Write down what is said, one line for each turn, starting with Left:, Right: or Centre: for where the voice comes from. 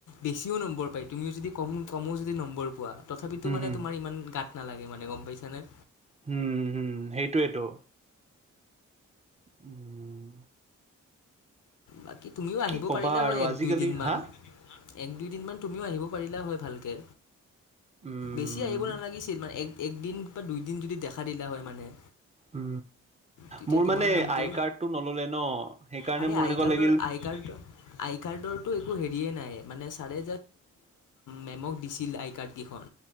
Left: বেছিও নম্বৰ পায় তুমিও যদি কম কমও যদি নম্বৰ পোৱা তথাপিতো
Right: হুম
Left: মানে
Right: হুম
Left: তোমাৰ ইমান গাত নালাগে মানে গম পাইছানে
Right: হম, হম সেইটোৱেতো উম
Left: বাকী তুমিও আহিব
Right: ক'বা
Left: পাৰিলা
Right: আৰু
Left: হয় এক
Right: আজিকালি
Left: দুইদিন মমান
Right: হা
Left: এক দুইদিনমান তুমিও আহিব পাৰিলা হয় ভালকে
Right: উম
Left: বেছি আহিব নালাগিছিল ইমান এক একদিন বা দুইদিন যদি দেখা দিলা হয় মানে
Right: উ,
Left: তেতিয়া
Right: মোৰ
Left: তোমাৰ
Right: মানে
Left: নামটো
Right: আই কাৰ্ড টো নললে ন সেইকাৰণে
Left: আৰে
Right: মোৰ
Left: আই
Right: এনেকুৱা
Left: কাৰ্ডৰ
Right: লাগ
Left: আই কাৰ্ড আই কাৰ্ডৰটো একো হেৰিয়ে নাই মানে চাৰে মেম দিছিল কেইখন